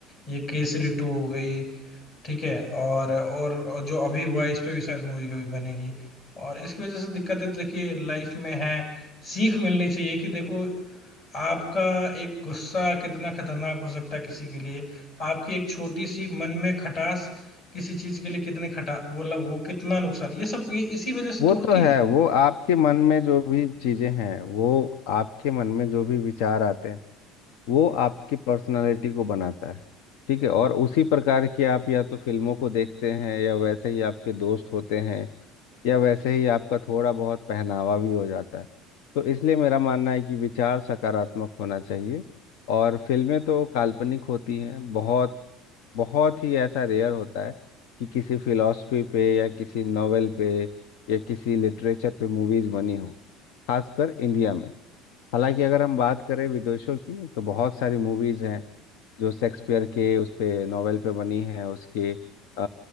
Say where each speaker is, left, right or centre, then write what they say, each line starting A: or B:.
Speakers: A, on the left; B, on the left.
A: ये केसरी टू हो गई ठीक है और और और जो अभी हुआ है, इस पे भी शायद मूवी कभी बनेगी और इसकी वजह से दिक्कतें तो देखिए लाइफ में है सीख मिलनी चाहिए कि देखो आपका एक गुस्सा कितना खतरनाक हो सकता है किसी के लिए आपकी एक छोटी सी मन में खटास किसी चीज के लिए कितने खटा मतलब वो कितना नुकसान ये सब ये इसी वजह से
B: वो
A: तो
B: तो
A: होती
B: है
A: है
B: वो आपके मन में जो भी चीजें हैं वो आपके मन में जो भी विचार आते हैं वो आपकी पर्सनालिटी को बनाता है ठीक है और उसी प्रकार की आप या तो फिल्मों को देखते हैं या वैसे ही आपके दोस्त होते हैं या वैसे ही आपका थोड़ा बहुत पहनावा भी हो जाता है तो इसलिए मेरा मानना है कि विचार सकारात्मक होना चाहिए और फिल्में तो काल्पनिक होती हैं बहुत बहुत ही ऐसा रेयर होता है कि किसी फिलॉसफी पे या किसी नॉवेल पे या किसी लिटरेचर पे मूवीज बनी हो खासकर इंडिया में हालांकि अगर हम बात करें विदेशों की तो बहुत सारी मूवीज हैं जो शेक्सपियर के उस पे नॉवेल पे बनी है उसके अ,